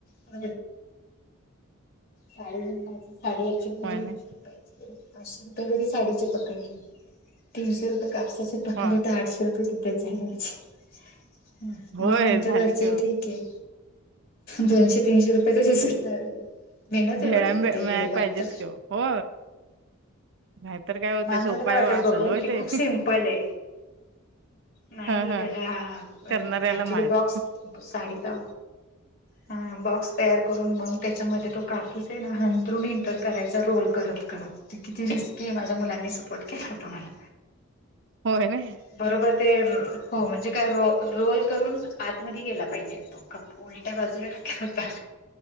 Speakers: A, on the left (about 45°); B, on the right (about 60°).
A: <unintelligible> साडी म्हणजे <unintelligible> साडी ॲक्चुली माझी
B: होय
A: नऊशे
B: नाही
A: रुपये पाचशे रुपये जरी साडीचे पकडले. तीनशे रुपये कापसाचे -- पकडले
B: होय
A: तर आठशे रुपये तिथेच झाले माझे. ह
B: होय
A: मी म्हणते
B: झाले
A: वरचे
B: कि ओ
A: ठीक कै. दोनशे, तीनशे रुपये तेजे <unintelligible> मेहणत आहे
B: भेळा
A: ओ तेला
B: मिळाय
A: ते वाटत.
B: पाहिजेच कि ओ हो नाहीतर काय होते
A: माणसाला
B: सोपाय
A: काय वाटेल
B: असल
A: बघून
B: होय
A: कि
B: ते
A: खूप सिंपलए. नाही.
B: हा हा
A: त्याला
B: करणाऱ्याला
A: ऍक्च्युली
B: माहित
A: बॉक्स साडीचा हा. बॉक्स तयार करून मग त्याच्यामध्ये तो कापूस हेना हंथरुण इंटर करायचा रोल करत करत. ते किती रिस्की माझ्या मुलांनी सपोर्ट केला होता मला.
B: होय नाही
A: बरोबर ते हो म्हणजे काय रो रोल करून आतमध्ये गेला पाहिजे तो कापू- - उल्ट्या बजला टाकला होता.